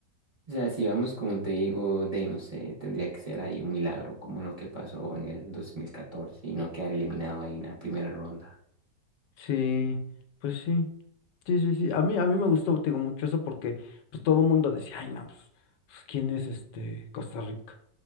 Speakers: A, on the right; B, on the left.
A: o sea, si vamos, como te digo, de ahí no sé, tendría que ser ahí un milagro, como lo que pasó en el 2014, y no quedar eliminado ahí en la primera ronda.
B: Sí, pues sí. Sí, sí, sí. A mí, a mí me gustó, te digo, mucho eso porque pues todo el mundo decía, ay, no, pues, pues, ¿quién es este Costa Rica?